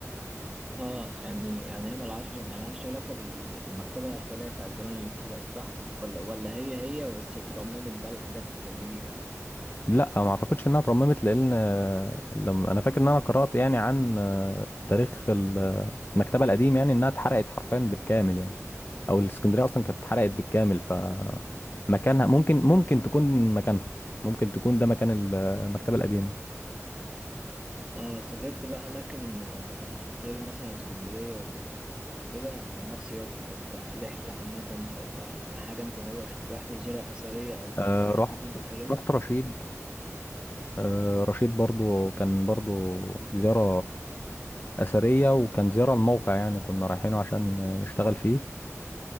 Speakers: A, on the right; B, on the left.
A: اه يعني يعني هي ملهاش ملهاش علاقه بال... بالمكتبه الاثريه بتاعت زمان اللي اتحرقت صح ولا ولا هي هي بس اترممت بقى لحاجات جديده
B: لا ما اعتقدش انها اترممت لان آه، لما انا فاكر ان انا قرأت يعني عن آه، تاريخ ال- آه، المكتبة القديم يعني انها اتحرقت حرفيا بالكامل يعني او الاسكندرية اصلا كانت اتحرقت بالكامل ف مكانها ممكن ممكن تكون مكانها ممكن تكون ده مكان ال- آه، المكتبة القديمة
A: اه سافرت بقى اماكن آه، غير مثلا اسكندريه و... وكده كمصيف او كرحله عامه او ك... كحاجه انت رحت رحت تزورها اثريه او
B: آه،
A: او حتى
B: رحت
A: غير اثريه
B: رحت رشيد آه، رشيد برضو كان برضو زيارة أثرية وكان زيارة الموقع يعني كنا رايحينه عشان آه، نشتغل فيه